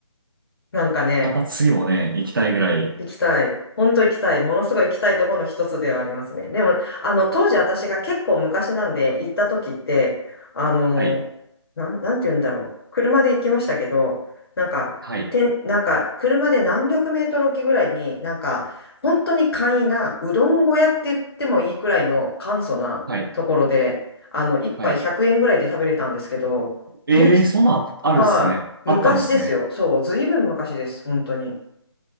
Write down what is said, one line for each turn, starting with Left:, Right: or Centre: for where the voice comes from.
Left: なんかね、
Right: また次もね、行きたいぐらい。
Left: 行きたい。本当行きたい。ものすごい行きたいところの一つではありますね。でも、あの、当時私が結構昔なんで行った時って、あの、
Right: はい、
Left: なん、なんて言うんだろう。車で行きましたけど、なんか、
Right: はい、
Left: てん、なんか、車で何百メートル置きぐらいに、なんか、本当に簡易な、うどん小屋って言ってもいいくらいの簡素なところで、
Right: はい、
Left: あの、一杯100円ぐらいで食べれたんですけど、
Right: はい。ええそんなんああるんですね。
Left: ゆき、はい、
Right: あったんですね。
Left: 昔ですよ。そう、ずいぶん昔です。本当に。